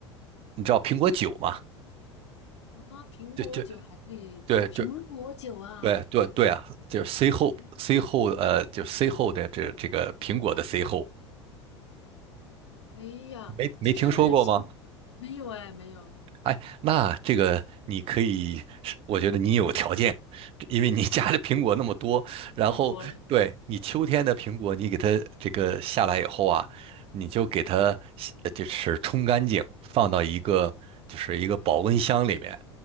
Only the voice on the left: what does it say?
啊，苹果酒还可以做苹果酒啊！
哎呀，
哎呀，
就是像没有哎，没有
啊，
太多了。